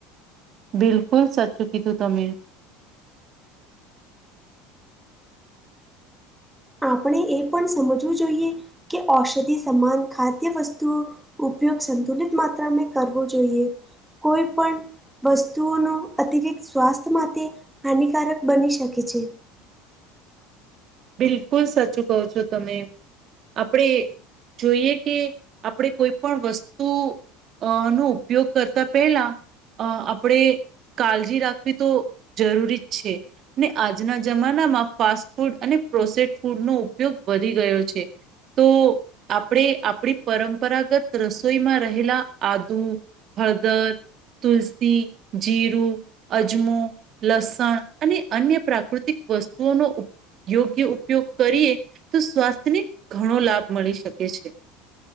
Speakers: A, on the right (about 40°); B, in the centre.
A: બિલકુલ સાચું કીધું તમે.
B: આપણે એ પણ સમજવું જોઈએ કે ઔષધિ સમાન ખાદ્ય વસ્તુઓ ઉપયોગ સંતુલિત માત્રા મે કરવો જોઈએ. કોઈ પણ વસ્તુઓનો અતિરિક્ત સ્વાસ્થ્ય માટે હાનિકારક બની શકે છે.
A: બિલકુલ સાચું કહો છો તમે. આપણે જોઈએ કે આપણે કોઈ પણ વસ્તુ અ નો ઉપયોગ કરતા પહેલા અ આપણે કાલજી રાખવી તો જરૂરી જ છે. ને આજના જમાનામાં ફાસ્ટ ફૂડ અને પ્રોસે ફૂડનો ઉપયોગ વધી ગયો છે. તો આપણે આપણી પરંપરાગત રસોઈમાં રહેલા આદુ હળદર, તુલસી, જીરું. અજમો, લસણ અને અન્ય પ્રાકૃતિક વસ્તુઓનો ઉપ યોગ્ય ઉપયોગ કરીએ તો સ્વાસ્થ્યને ઘણો લાભ મળી શકે છે.